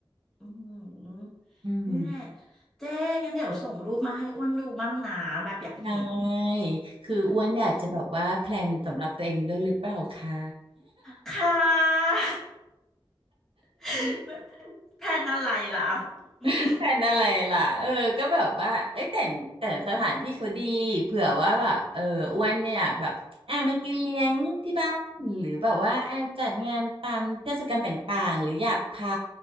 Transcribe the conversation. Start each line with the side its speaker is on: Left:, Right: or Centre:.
Centre: อืม
Right: อืม
Centre: นี่นแหละเจ๊งั้นเดี๋ยวส่งรูปมาให้อ้วนดูบ้างนะแบบอยากเห็น
Right: ได้คืออ้วนอยากจะแบบว่าแพลนสำหรับตัวเองด้วยหรือเปล่าคะ
Centre: <laughs> ค่ะ <laughs> แพลนอะไรล่ะ
Right: <laughs>
Centre: <laughs>
Right: แพลนอะไรล่ะเออก็แบบว่าเอ้ยแต่แต่สถานที่เขาดีเผื่อว่าแบบเอออ้วนเนี่ยอยากแบบอ่ะมากินเลี้ยงที่บ้านหรือแบบว่าอ่ะจัดงานตามเทศกาลต่างๆหรืออยากพา